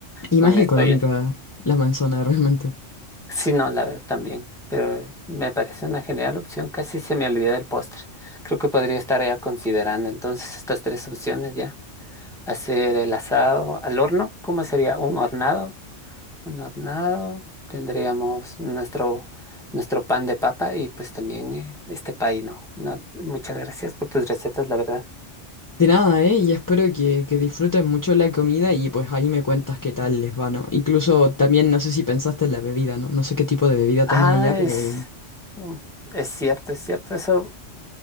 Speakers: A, on the left; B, in the centre.
A: Y
B: con
A: más
B: esto
A: económica
B: ya.
A: la manzana, <laughs> realmente.
B: Sí, no, la verdad también, pero eh, me parece una genial opción, casi se me olvida el postre. Creo que podría estar ya considerando entonces estas tres opciones ya. Hacer el asado al horno, ¿cómo sería? ¿Un hornado? un hornado, tendríamos nuestro, nuestro pan de papa y pues también eh, este pay, ¿no? No, Muchas gracias por tus recetas, la verdad.
A: De nada, ¿eh? Y espero que, que disfruten mucho la comida y pues ahí me cuentas qué tal les va, ¿no? Incluso también no sé si pensaste en la bebida, ¿no? No sé qué tipo de bebida
B: Ah,
A: toman allá, pero...
B: es,
A: ujú.
B: mm, es cierto, es cierto, eso,